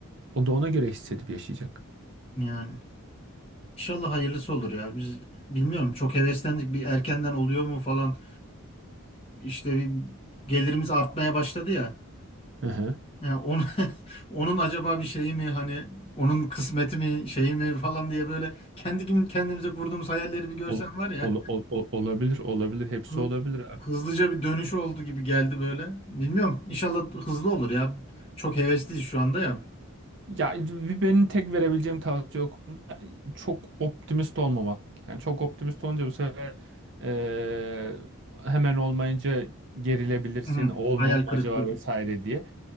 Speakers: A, on the right; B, on the left.
A: o da ona göre hissedip yaşayacak.
B: Yani İnşallah hayırlısı olur ya. Biz bilmiyorum çok heveslendik. Bir erkenden oluyor mu falan. İşte bir gelirimiz artmaya başladı ya.
A: Hı hı.
B: Yani onu, <laughs> onun acaba bir şeyi mi hani onun kısmeti mi şeyi mi falan diye böyle kendi kim- kendimize kurduğumuz hayalleri bir görsen
A: Ol,
B: var ya.
A: ol- ol- ol- olabilir, olabilir. Hepsi
B: Hı-
A: olabilir abi.
B: Hızlıca bir dönüş oldu gibi geldi böyle. Bilmiyorum. İnşallah hızlı olur ya. Çok hevesliyiz şu anda ya.
A: Ya bir benim tek verebileceğim tavsiye o konuda çok optimist olmamak. Yani çok optimist olunca bu sefer eee, hemen olmayınca gerilebilirsin,
B: Hı,
A: olmuyor
B: hayal
A: mu
B: kırıklığı
A: acaba vesaire diye.